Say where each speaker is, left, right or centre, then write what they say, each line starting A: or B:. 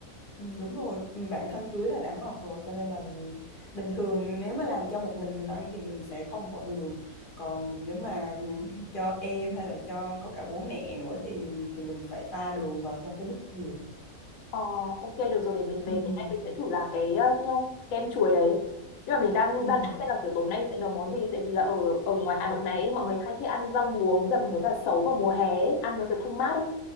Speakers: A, on the left (about 45°); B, on the left (about 65°).
A: Ừ, đúng rồi Ừ, bản thân chuối là đã ngọt rồi cho nên là mình bình thường nếu mà làm cho một mình mình ăn thì mình sẽ không bỏ đường còn nếu mà <laughs> cho em hay là cho có cả bố mẹ nữa thì thì mình phải pha đường vào trong cái nước cốt dừa
B: Ờ, ok được rồi để mình về
A: ừ,
B: tối nay mình sẽ thử làm cái ờ, kem chuối đấy. Nhưng mà mình đang
A: ừ.
B: đang nghĩ xem là kiểu tối nay sẽ nấu món gì tại vì là ở ở ngoài Hà Nội này ấy, mọi người hay thích ăn rau muống dầm với cả sấu vào mùa hè ấy, ăn nó kiểu thanh mát ấy.